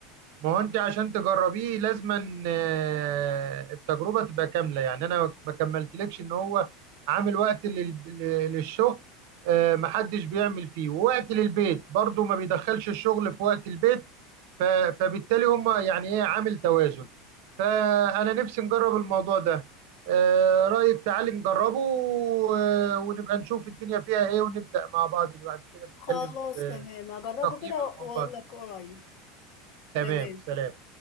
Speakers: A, on the right; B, on the left.
A: ما هو انت عشان تجربيه لازما آه، التجربه تبقى كامله يعني انا ما كملتلكش ان هو عامل وقت لل- لل- للشغل آه، ما حدش بيعمل فيه ووقت للبيت برضو ما بيدخلش الشغل في وقت البيت ف- فبالتالي هم يعني ايه عامل توازن فانا نفسي نجرب الموضوع ده آه، رايك تعالي نجربه و- ونبقى نشوف الدنيا فيها ايه ونبدا مع بعض بعد كده نتكلم
B: خلاص
A: في
B: تمام هجربه
A: في تقييم
B: كده
A: الموضوع
B: واقول
A: ده
B: لك قريب
A: تمام
B: تمام
A: سلام